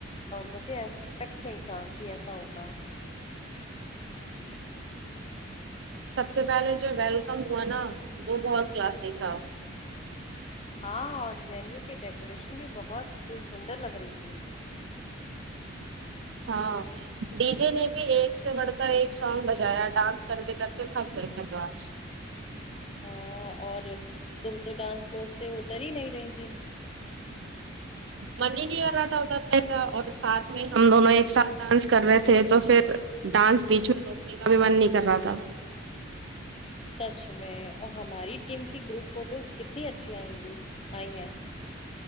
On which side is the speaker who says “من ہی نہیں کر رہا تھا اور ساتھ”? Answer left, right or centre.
Right